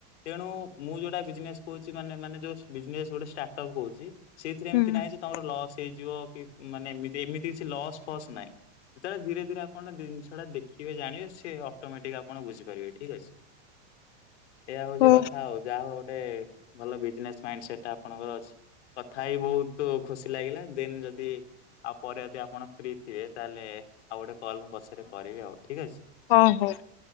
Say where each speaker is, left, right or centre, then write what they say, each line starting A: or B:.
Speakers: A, on the left (about 70°); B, on the left (about 50°).
A: ତେଣୁ ମୁଁ ଯୋଉଟା ବିଜନେସ୍ କହୁଛି ମାନେ ମାନେ ଯଷ୍ଟ ବିଜନେସ୍ ଗୋଟେ ଷ୍ଟାଟଅପ୍ କହୁଛି। ସେଇଥିରେ ଏମିତି
B: ହୁଁ
A: ନାହିଁ ଯେ ତମର ଲସ୍ ହେଇଯିବ କି ମାନେ ଏମତି ଏମିତି କିଛି ଲସ୍ ଫସ୍ ନାହିଁ। ଯେତେବେଳେ ଧୀରେ ଧୀରେ ଆପଣ ଜିନିଷଟା ଦେଖିବେ ଜାଣିବେ ସେ ଅଟୋମେଟିକ୍ ଆପଣ ବୁଝିପାରିବେ। ଠିକ୍ ଅଛି। ଏହା ହଉଛି
B: ଓ
A: କଥା ଆଉ ଯାହା ହଉ ଗୋଟେ ଭଲ ବିଜନେସ୍ ମାଇଣ୍ଡ ସେଟା ଆପଣଙ୍କର ଅଛି। କଥା ହେଇ ବହୁତ ଖୁସି ଲାଗିଲା ଦିନ ଯଦି ଆଉ ପରେ ଯଦି ଆପଣ ଫ୍ରି ଥିବେ ତାହେଲେ ଆଉ ଗୋଟେ କଲ ମୁଁ ପଛରେ କରିବି ଆଉ ଠିକ ଅଛି।
B: ହଁ ହଉ।